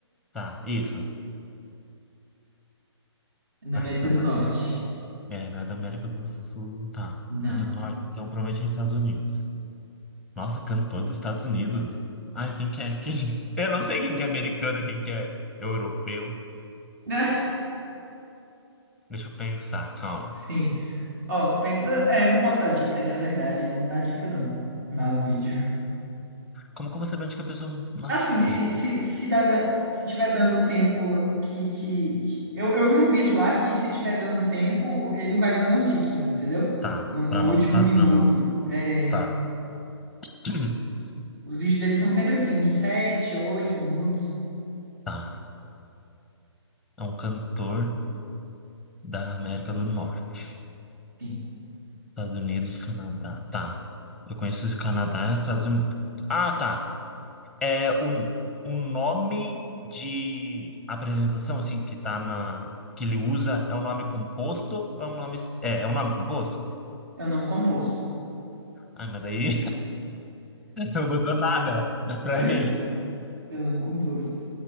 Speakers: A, in the centre; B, on the right.
A: Tá, isso.
B: Na
A: Ah,
B: América
A: então
B: do
A: não
B: Norte.
A: é... é, não é da América do Sul, tá.
B: Não.
A: É do Norte, então provavelmente é Estados Unidos. Nossa, cantor dos Estados Unidos. Ai, quem que é? Quem... <laughs> Eu não sei quem que é americano, quem que é europeu.
B: <laughs>
A: Deixa eu pensar, calma.
B: Sim. Ó, pensa. É, não posso dar dica, né? É verdade, ele não dá dica, não. Lá no vídeo.
A: Como que eu vou saber onde que a pessoa nasceu?
B: Assim, se, se, se, dá, dá- se tiver dando tempo que, que, que- Eu, eu vi um vídeo lá que se tiver dando tempo, ele vai dando umas diquinhas, entendeu?
A: Tá,
B: No, no
A: pra não,
B: último
A: pra,
B: minuto.
A: pra não.
B: É,
A: Tá. <clears throat>
B: os vídeos dele são sempre assim, de 7 8 minutos.
A: Tá. É um cantor da América do Norte.
B: Sim.
A: Estados Unidos, Canadá. Tá. Eu conheço os Canadá e os Estados Unidos. Ah, tá. É o, o nome de apresentação, assim, que tá na... que ele usa, é um nome composto ou é um nome... É, é um nome composto?
B: É o nome composto.
A: Ai, mas daí <laughs> não mudou nada
B: <laughs>
A: pra mim.
B: É o nome composto.